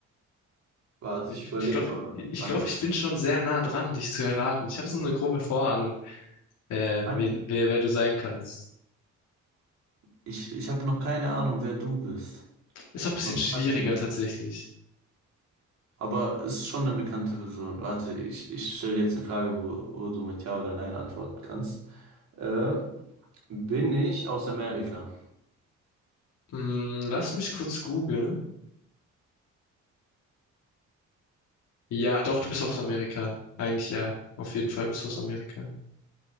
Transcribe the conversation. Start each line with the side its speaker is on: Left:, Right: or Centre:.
Right: warte,
Left: Ich,
Right: ich überlege
Left: ich glaube,
Right: mal, was ich
Left: ich
Right: fragen
Left: glaube,
Right: kann.
Left: ich bin schon sehr nah dran, dich zu erraten. Ich habe so eine grobe Vorahnung, äh,
Right: Nein,
Left: wen, wer, wer du sein kannst.
Right: ich, ich habe noch keine Ahnung, wer du bist.
Left: Ist auch ein bisschen
Right: Noch
Left: schwieriger
Right: gar keinen.
Left: tatsächlich.
Right: Aber ist schon eine bekannte Person. Warte, ich, ich stelle jetzt eine Frage, wo, wo du mit Ja oder Nein antworten kannst. Äh, bin ich aus Amerika?
Left: Hm, lass mich kurz googeln. Ja, doch, du bist aus Amerika. Eigentlich ja. Auf jeden Fall bist du aus Amerika.